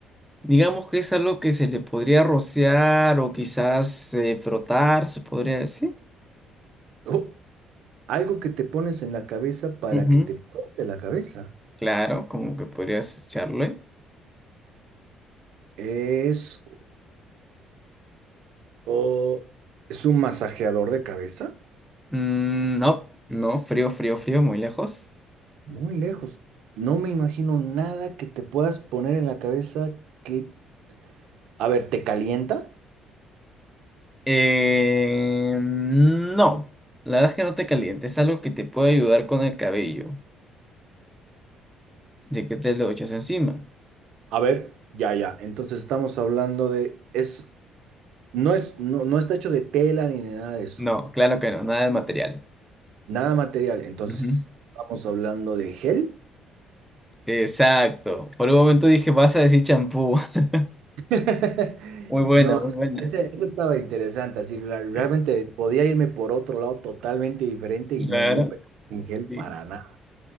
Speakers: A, in the centre; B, on the right (about 75°).
A: Digamos que es algo que se le podría rociar o quizás eh, frotar, se podría decir.
B: Oh, algo que te pones en la cabeza para
A: Ujú,
B: que te frote la cabeza.
A: Claro, como que podrías echarle.
B: Es O es un masajeador de cabeza.
A: Mm, no, no, frío, frío, frío, muy lejos.
B: Muy lejos. No me imagino nada que te puedas poner en la cabeza que... A ver, ¿te calienta?
A: Eh, no, la verdad es que no te calientes, es algo que te puede ayudar con el cabello, de que te lo echas encima.
B: A ver, ya, ya. Entonces estamos hablando de... Es, no es, no, no está hecho de tela ni de nada de eso.
A: No, claro que no, nada de material.
B: Nada material. Entonces,
A: Ujú.
B: ¿estamos hablando de gel?
A: Exacto. Por un momento dije, vas a decir champú. <laughs>
B: <laughs>
A: Muy buena,
B: No,
A: muy buena.
B: ese, ese estaba interesante. Así, la- realmente
A: Eh,
B: podía irme por otro lado totalmente diferente
A: Claro,
B: y no, no pensé en gel
A: sí.
B: para nada.